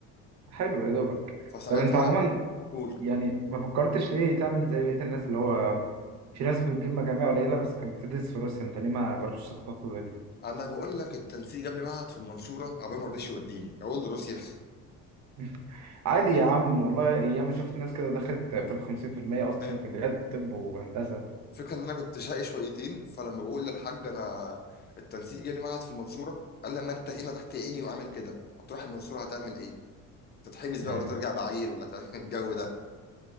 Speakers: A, on the right; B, on the left.
A: حلو يا دوبك
B: فساعتها
A: طب انت عموما
B: قول
A: يعني ما فكرتش ليه تعمل زي بقيه الناس اللي هو في ناس بتجيب مجاميع قليله بس كانت بتدرس في روسيا انت ليه ما جربتش الخطوه دي
B: انا بقول لك التنسيق قبل معهد في المنصوره ابويا ما رضيش يوديني اقول له روسيا
A: <laughs> عادي يا عم والله ايام ما شفت ناس كده دخلت طب 50% اصلا
B: أيوة.
A: كليات طب وهندسه
B: فكرة ان انا كنت شقي شويتين فلما بقول للحاج انا التنسيق جالي معهد في المنصوره قال لي ما انت هنا تحت عيني وعامل كده هتروح المنصوره هتعمل ايه تتحبس بقى
A: مم.
B: ولا ترجع بعيل ولا تعمل <laughs> الجو ده